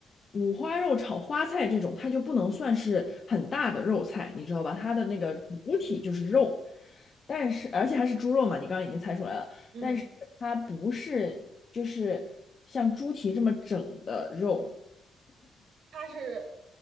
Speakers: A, on the left; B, on the right.
A: 五花肉炒花菜这种，它就不能算是很大的肉菜，你知道吧？它的那个主体就是肉，但是而且还是猪肉嘛，你刚刚已经猜出来了。
B: 嗯。
A: 但是它不是就是像猪蹄这么整的肉，
B: 它是，